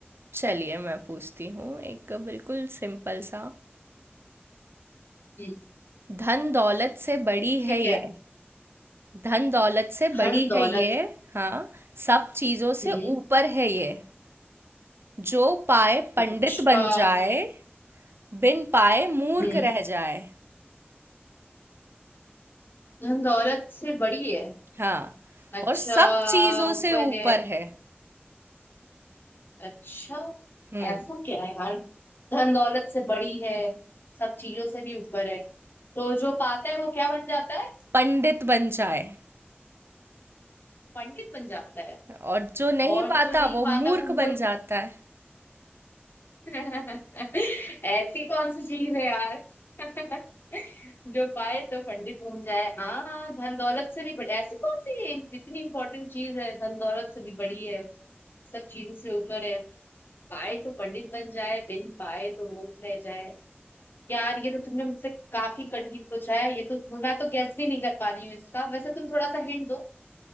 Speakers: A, on the right; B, on the left.
A: चलिए मैं पूछती हूँ एक बिल्कुल सिंपल सा
B: हम्म,
A: धन दौलत से बड़ी है
B: ठीक
A: ये
B: है
A: धन दौलत से
B: धन
A: बड़ी है
B: दौलत
A: ये हाँ सब चीजों से
B: हम्म,
A: ऊपर है ये जो पाए पंडित
B: अच्छा
A: बन जाए बिन पाए मूर्ख
B: हम्म,
A: रह जाए
B: धन दौलत से बड़ी है
A: हाँ
B: अच्छा
A: और सब चीजों
B: ऊपर
A: से ऊपर
B: है
A: है
B: अच्छा
A: हम्म
B: ऐसा क्या है यार धन दौलत से बड़ी है सब चीजों से भी ऊपर है तो जो पाता है वो क्या बन जाता है
A: पंडित बन जाए
B: पंडित बन जाता है
A: और जो नहीं
B: और
A: पाता
B: जो नहीं
A: वो
B: पाता
A: मूर्ख
B: वो मूर्ख
A: बन जाता है
B: <laughs> ऐसी कौन सी चीज है यार <laughs> जो पाए तो पंडित बन जाए हाँ धन दौलत से भी बड़ी ऐसी कौन सी इतनी इंपॉर्टेंट चीज है धन दौलत से भी बड़ी है सब चीजों से ऊपर है पाए तो पंडित बन जाए बिन पाए तो मूर्ख रह जाए यार ये तो तुमने मुझसे काफी कठिन पूछा है ये तो मैं तो गैस भी नहीं कर पा रही हूँ इसका वैसे तुम थोड़ा सा हिंट दो